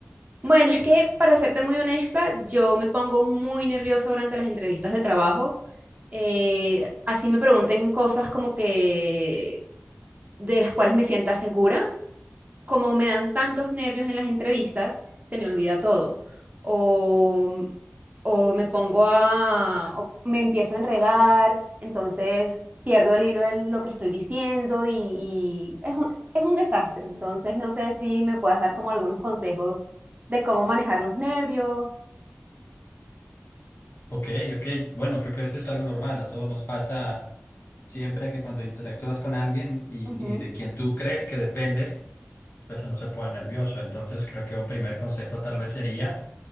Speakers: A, on the right (about 35°); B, on the left (about 55°).
A: Bueno, es que para serte muy honesta, yo me pongo muy nerviosa durante las entrevistas de trabajo. Eh, así me pregunten cosas como que de las cuales me sienta segura. como me dan tantos nervios en las entrevistas, se me olvida todo. O, o me pongo a, o me empiezo a enredar, entonces pierdo el hilo de lo que estoy diciendo y, y es un, es un desastre. Entonces, no sé si me puedas dar como algunos consejos de cómo manejar los nervios.
B: Ok, ok. Bueno, creo que eso es algo normal. A todos nos pasa siempre que cuando interactúas con alguien y,
A: Ujú,
B: y de quien tú crees que dependes, pues uno se pone nervioso. Entonces creo que un primer consejo tal vez sería